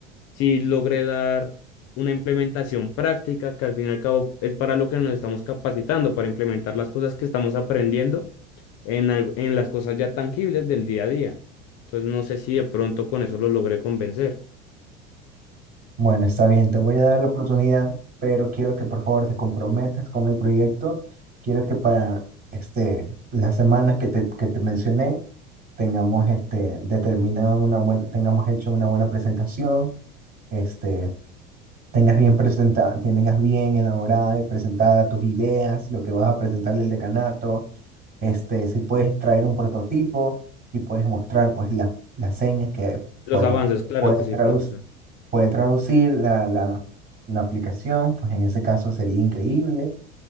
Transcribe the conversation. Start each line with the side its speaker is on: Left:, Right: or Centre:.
Left: si logré dar una implementación práctica, que al fin y al cabo es para lo que nos estamos capacitando, para implementar las cosas que estamos aprendiendo en, al- en las cosas ya tangibles del día a día. Entonces, no sé si de pronto con eso lo logré convencer.
Right: Bueno, está bien, te voy a dar la oportunidad, pero quiero que por favor te comprometas con el proyecto. Quiero que para este, las semanas que te, que te mencioné tengamos este, determinado una buena, tengamos hecho una buena presentación, este, tengas bien presenta, tengas bien elaborada y presentada tus ideas, lo que vas a presentarle al decanato, este, si puedes traer un prototipo y puedes mostrar pues la- las señas que
Left: Los
Right: por-
Left: avances, claro
Right: puede,
Left: que sí,
Right: traduc-
Left: profesor.
Right: puede traducir la, la, la aplicación, pues en ese caso sería increíble.